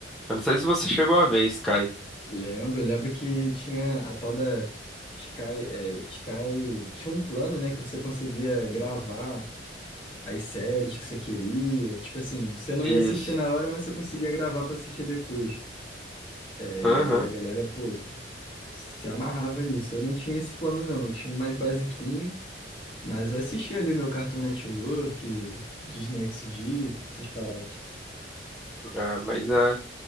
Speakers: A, in the centre; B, on the left (about 30°).
A: Eu não sei se você chegou a ver, Sky.
B: Lembro, lembro que tinha a tal da Sky, é, Sky, tinha um plano, né, que você conseguia gravar as séries que você queria, tipo assim, você não
A: Isso.
B: ia assistir na hora, mas você conseguia gravar para assistir depois. É,
A: Aham.
B: e aí a galera, pô, se amarrava nisso. Eu não tinha esse plano não, eu tinha um mais basiquinho, mas eu assistia ali meu Cartoon Network, Disney XD, essas paradas.
A: É, mas é,